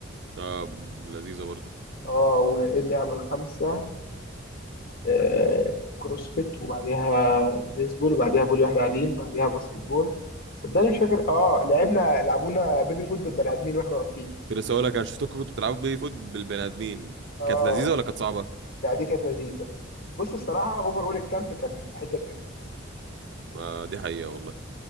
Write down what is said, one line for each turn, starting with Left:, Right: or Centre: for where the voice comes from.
Right: اه لذيذه برضو
Left: اه وايه اللعبة الخامسة آه كروسفيت وبعديها بيسبول وبعديها فولي واحنا قاعدين بعديها باسكت بول صدقني مش فاكر اه لعبنا لعبونا بيبي فوت بالبني ادمين واحنا واقفين
Right: كنت لسه هقول لك انا شفتكم كنتوا بتلعبوا بيه فوت بالبني ادمين
Left: اه
Right: كانت لذيذه ولا كانت صعبه
Left: لا دي كانت لذيذه بص الصراحه اوفر اول الكامب كان في حته تانيه
Right: آه دي حقيقه والله